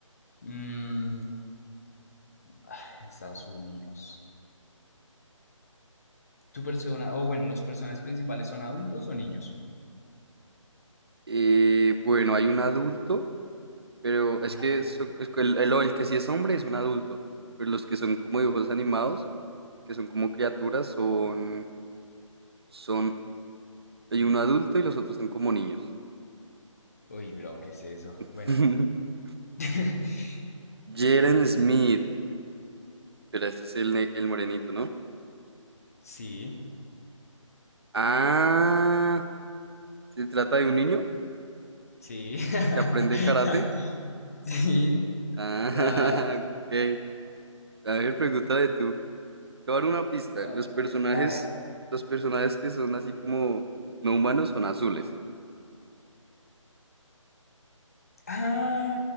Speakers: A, on the left (about 30°); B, on the right (about 50°).
A: Mm, ah, en Estados Unidos. Tu persona, o bueno, los personajes principales son adultos o niños.
B: Eh, bueno, hay un adulto, pero es
A: Un
B: que
A: adulto,
B: son- es que el, el- el que sí es hombre es un adulto, pero los que son como
A: ok.
B: dibujos animados, que son como criaturas, son, son, hay un adulto y los otros son como niños.
A: Uy, bro, ¿qué es eso?
B: <laughs>
A: Bueno, <laughs>
B: Jaren Smith, pero este es el, ne- el morenito, ¿no?
A: sí,
B: Ah, se trata de un niño
A: sí. <laughs>
B: que aprende karate
A: Sí,
B: Ah,
A: nada.
B: <laughs> ok. A ver, pregunta de tú. Te voy a dar una pista.
A: No,
B: Los personajes,
A: a ver.
B: los personajes que son así como no humanos son azules.
A: Ah,